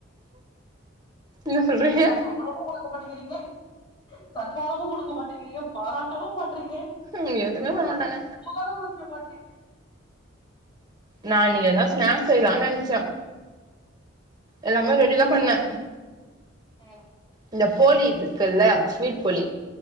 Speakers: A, on the right; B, on the left.
A: என்ன சொல்றீங்க
B: ஏண்டா சம்பளமு குடுக்க மாட்டேங்கிறீங்க தன்மானமு குடுக்க மாட்டேங்கிறீங்க பாராட்டவு மாட்றீங்க
A: ம் எதுவுமே பண்ண மாட்டான
B: அப்ப கூட முளிக்க மாட்றீங்கலே
A: நா இன்னிக்கு எதுனா ஸ்நாக்ஸ் செய்யலானு நெனச்ச எல்லாமே ரெடி தா பண்ணே
B: ஆ
A: இந்த போலி இருக்குல்ல ஸ்வீட் போலி